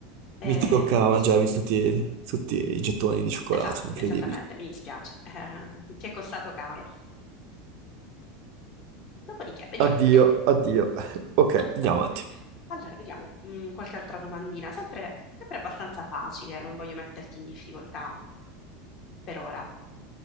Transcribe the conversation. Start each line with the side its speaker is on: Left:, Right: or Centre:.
Left: Eh,
Right: Mi tocca mangiarmi
Left: sì,
Right: tutti, tutti i gettoni di cioccolato,
Left: Esatto,
Right: incredibile.
Left: esattamente, mi dispiace, Eh, ti è costato caro. Dopodiché, vediamo,
Right: Addio,
Left: vediamo.
Right: addio. <laughs> Ok.
Left: <laughs>
Right: Andiamo avanti.
Left: Allora, vediamo, mm, qualche altra domandina, sempre, sempre abbastanza facile, non voglio metterti in difficoltà per ora.